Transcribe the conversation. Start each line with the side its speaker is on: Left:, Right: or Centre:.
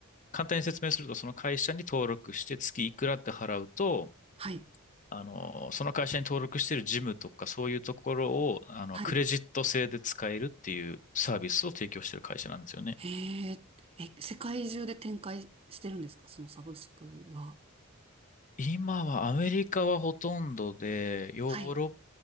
Left: 簡単に説明すると、その会社に登録して月いくらって払うと、
Right: はい。
Left: あの、その会社に登録しているジムとかそういうところを、あの、
Right: はい。
Left: クレジット制で使えるっていうサービスを提供している会社なんですよね。
Right: へえ、え、世界中で展開してるんですかそのサブスクは。
Left: 今はアメリカはほとんどで、ヨーロッ
Right: はい。